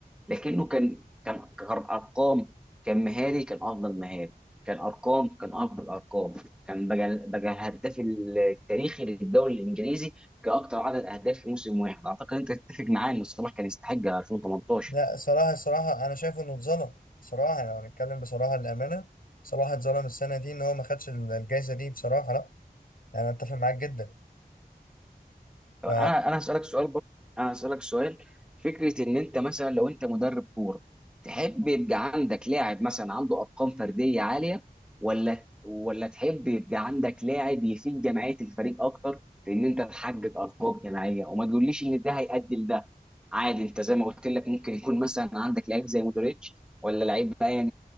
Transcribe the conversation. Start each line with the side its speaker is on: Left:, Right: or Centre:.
Centre: لكنه كان كان كارقام كان مهاري كان افضل مهاري كان ارقام كان افضل ارقام كان بقى بقى الهداف التاريخي للدوري الانجليزي كاكثر عدد اهداف في موسم واحد اعتقد انت تتفق معايا ان صلاح كان يستحق 2018
Left: لا صراحة صراحة انا شايف انه اتظلم صراحة يعني، لو هنتكلم بصراحة للأمانة صلاح اتظلم السنة دي ان هو ما خدش الجائزة دي بصراحة لا يعني انا اتفق معاك جدا
Centre: طب
Left: ف
Centre: انا انا هسالك سؤال برضه انا هسالك سؤال فكره ان انت مثلا لو انت مدرب كوره تحب يبقى عندك لاعب مثلا عنده ارقام فرديه عاليه ولا ولا تحب يبقى عندك لاعب يفيد جمعيه الفريق اكتر في ان انت تحقق ارقام جماعيه وما تقوليش ان ده هيؤدي لده عادي انت زي ما قلت لك ممكن يكون مثلا عندك لعيب زي مودريتش ولا لعيب ايا